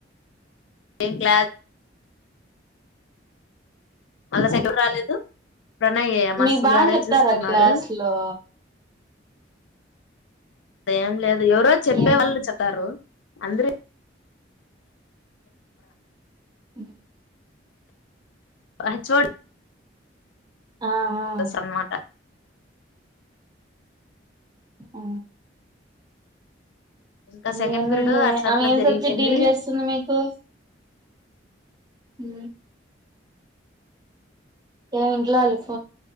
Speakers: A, on the left (about 80°); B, on the right (about 20°).
A: ఏ క్లాస్ అళ్ళ సెకర్ రాలేదు ప్రణయ్ మా
B: మీకు
A: సిఆర్ఏ
B: బాగా చెప్తారా
A: చూసుకున్నాడు
B: క్లాస్ లో
A: దే ఏం లేదు ఎవరో చెప్పే
B: ఏం
A: వాళ్ళు చెప్పారు అంద్రే
B: హ
A: హెచ్ ఓ డి
B: ఆ ఆ
A: సన్నమాట
B: అ
A: ఇంకా
B: ఇకేమీ
A: సెకండ్ పీరియడ్ అట్లా
B: ఆమె
A: అట్లా
B: ఏం
A: జరిగిపోయింది
B: సబ్జెక్ డీల్ చేస్తుంది మీకు హ ఏమి ఇంట్లో వాళ్ళు